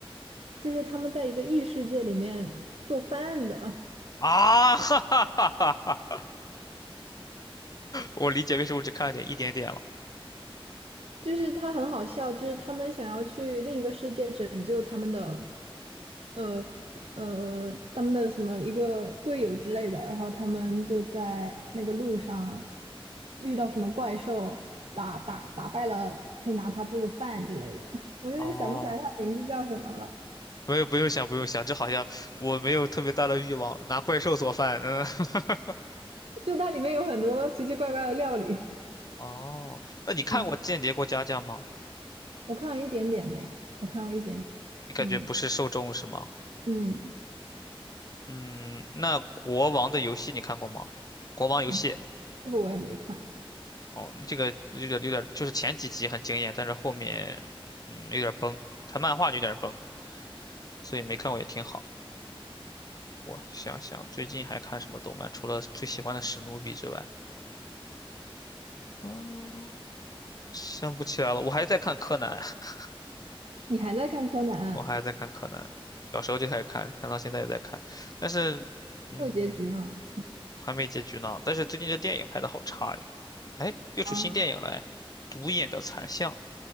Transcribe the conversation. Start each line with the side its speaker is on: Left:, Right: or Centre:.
Right: 就是他们在一个异世界里面做饭的，
Left: 啊！<laughs> 哈哈哈哈哈！我理解为什么只看了点一点点了。
Right: 就是他很好笑，就是他们想要去另一个世界拯救他们的，呃呃，他们的什么一个队友之类的，然后他们就在那个路上遇到什么怪兽，打打打败了，可以拿它做个饭之类的。<laughs> 我有点想不起来它名字叫什么了，
Left: 哦，没有，不用想，不用想，这好像我没有特别大的欲望拿怪兽做饭。嗯，<laughs>
Right: 就它里面有很多奇奇怪怪的料理。
Left: 哦，那你看过《间谍过家家》吗？
Right: 嗯，我看了一点点呢，我看了一点点。
Left: 你感觉不是受众是吗？
Right: 嗯嗯，
Left: 嗯，那国王的游戏你看过吗？国王游戏，
Right: 哎，这个我也没看，
Left: 哦，这个有点有点，就是前几集很惊艳，但是后面嗯有点崩，它漫画就有点崩，所以没看过也挺好。我想想，最近还看什么动漫？除了最喜欢的史努比之外，嗯，想不起来了。我还在看柯南，<laughs>
Right: 你还在看柯南啊
Left: 我还在看柯南，小时候就开始看，看到现在也在看，但是嗯
Right: 还有结局呢？
Left: 还没结局呢。但是最近这电影拍的好差呀，哎，又出新电影了哎，
Right: 啊，
Left: 《独眼的残像》。